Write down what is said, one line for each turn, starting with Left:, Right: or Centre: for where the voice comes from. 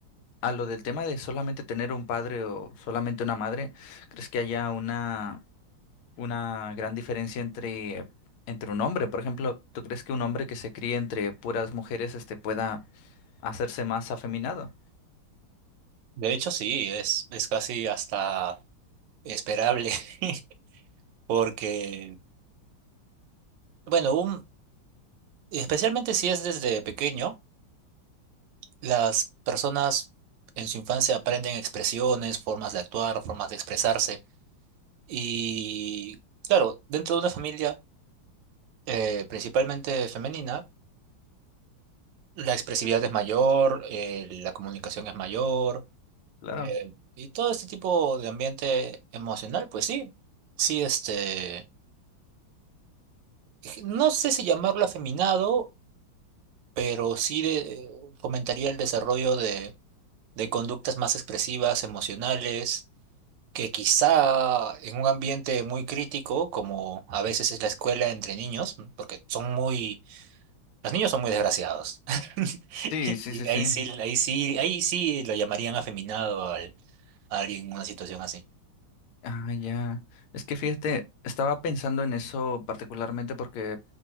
Left: A lo del tema de solamente tener un padre o solamente una madre, ¿crees que haya una, una gran diferencia entre, entre un hombre? Por ejemplo, ¿tú crees que un hombre que se críe entre puras mujeres este, pueda hacerse más afeminado?
Right: De hecho, sí, es, es casi hasta esperable <laughs> porque, bueno, un, especialmente si es desde pequeño. Las personas en su infancia aprenden expresiones, formas de actuar, formas de expresarse. Y claro, dentro de una familia eh, principalmente femenina, la expresividad es mayor, eh, la comunicación es mayor,
Left: Claro.
Right: eh, y todo este tipo de ambiente emocional, pues sí, sí, este, no sé si llamarlo afeminado, pero sí de- fomentaría el desarrollo de de conductas más expresivas, emocionales que quizá en un ambiente muy crítico, como a veces es la escuela entre niños, mm, porque son muy, los niños son muy desgraciados. <laughs>
Left: Sí, sí,
Right: Y
Left: sí, sí.
Right: ahí sí, ahí sí, ahí sí lo llamarían afeminado al, a alguien en una situación así.
Left: Ah, ya. Es que fíjate, estaba pensando en eso particularmente porque